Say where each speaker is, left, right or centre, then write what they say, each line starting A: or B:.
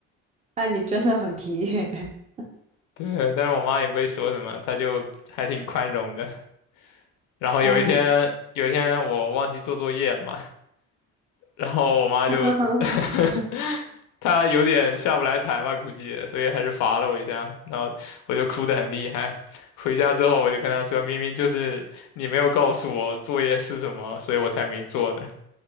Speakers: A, on the right; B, on the left.
A: 那你真的很皮。<laughs>
B: 对，但是我妈也不会说什么，她就还挺宽容的。然后有一天，
A: 嗯
B: 有一天我忘记做作业了嘛，然后我妈就
A: <laughs>
B: <laughs> 他有点下不来台吧，估计，所以还是罚了我一下，然后我就哭得很厉害。回家之后我就跟他说，明明就是你没有告诉我作业是什么，所以我才没做的，